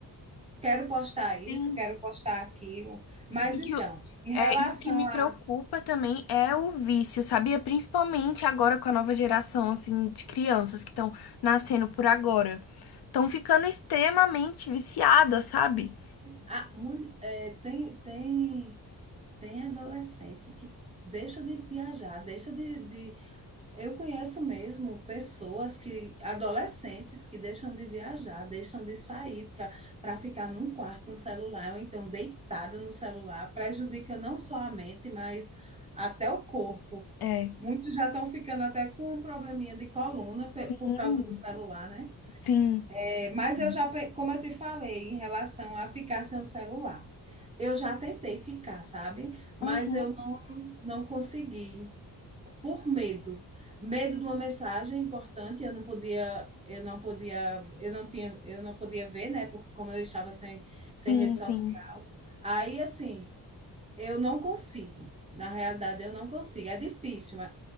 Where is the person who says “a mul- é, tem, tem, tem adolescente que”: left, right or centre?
Right